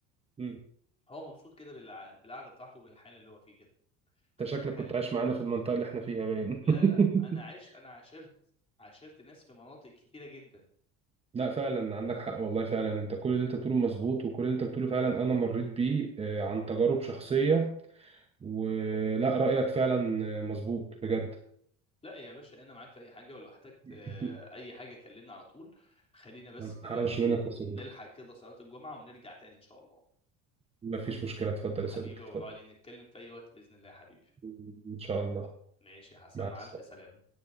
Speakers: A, on the right; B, on the left.
A: مم.
B: هو مبسوط كده بالع- بالقعده بتاعته وبالحال اللي هو فيه كده
A: انت شكلك
B: فخل
A: كنت عايش معانا في المنطقة اللي احنا فيها باين
B: لا لا
A: <laughs>
B: انا عشت انا عاشرت عاشرت ناس في مناطق كتيره جدا
A: لا فعلا عندك حق والله فعلا انت كل اللي انت بتقوله مظبوط وكل اللي انت بتقوله فعلا انا مريت بيه آه، عن تجارب شخصية ولا رأيك فعلا آه، مظبوط بجد
B: لا يا باشا انا معاك في اي حاجه ولو احتجت
A: <laughs>
B: آه، اي حاجه كلمني على طول خلينا بس
A: ما
B: دلوقتي
A: تحرمش منك يا صديقي
B: نلحق كده صلاه الجمعه ونرجع تاني ان شاء الله
A: ما فيش مشكلة اتفضل
B: حبيبي
A: يا صديقي
B: يا
A: اتفضل
B: ابو علي نتكلم في اي وقت باذن الله يا حبيبي
A: <laughs> ان شاء الله
B: ماشي يا حسن
A: مع
B: مع
A: السلامة
B: الف سلامه